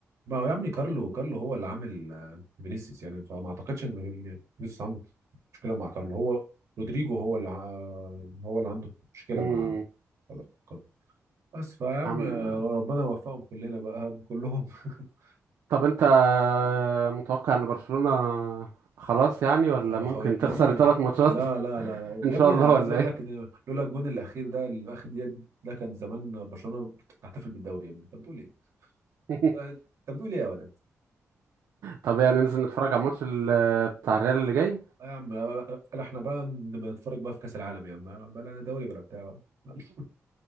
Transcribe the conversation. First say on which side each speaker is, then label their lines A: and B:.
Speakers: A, on the right (about 60°); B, on the right (about 80°).
A: ما هو يا ابني كارلو كارلو هو اللي عامل آه، فينيسيوس يعني فما اعتقدش ان فينيسيوس عنده مشكله مع كارلو هو رودريجو هو اللي ع- هو اللي عنده مشكله
B: امم
A: مع كارلو بس فيا عم
B: عم
A: آه، ربنا يوفقهم كلنا بقى كلهم <laughs>
B: طب انت متوقع ان برشلونة خلاص يعني ولا
A: آه، هو
B: ممكن
A: خو... يا
B: تخسر
A: ابني
B: ثلاث ماتشات
A: لا
B: <laughs>
A: لا لا يا
B: ان شاء
A: ابني
B: الله
A: انا عايز
B: ولا
A: اقول
B: ايه
A: لك ان لولا الجون الاخير ده اللي في اخر دقيقه ده كان زمان برشلونه تحتفل بالدوري يا ابني انت بتقول ايه
B: <laughs>
A: انت أنت بتقول ايه يا ولد
B: طب يعني ننزل نتفرج على الماتش ال- بتاع الريال اللي جاي
A: آه يا عم بلا احنا بقى نبقى نتفرج بقى في كاس العالم يا عم آه، بلا دوري بلا بتاع بقى <laughs> معلش،